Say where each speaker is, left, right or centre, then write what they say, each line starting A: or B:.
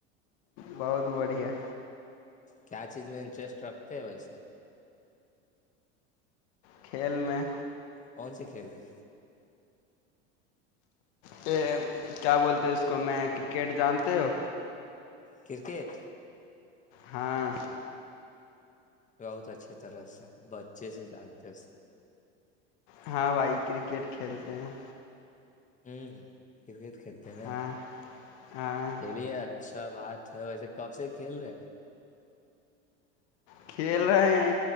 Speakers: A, on the left (about 70°); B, on the left (about 20°).
A: بہت بڑھیا
B: کیا چیز میں انٹرسٹ رکھتے ہیں ویسے
A: کھیل میں
B: کون سےی کھیلنا ہیں
A: کہ کیا بولتے اس کو میں کرکٹ جانتے ہو
B: کررکٹ
A: ہاں
B: بہت اچھے طرح سے بچے سے جانتے ہیں اس
A: ہاں بھائی کرکٹ کھیلتے ہیں
B: ہ کرکٹ کھیلتے ہیں نا
A: ہاں ہاں
B: کلی ا اچھا بات ہے ویسے کب سے کھیل رہے
A: کھیل رہے ہیں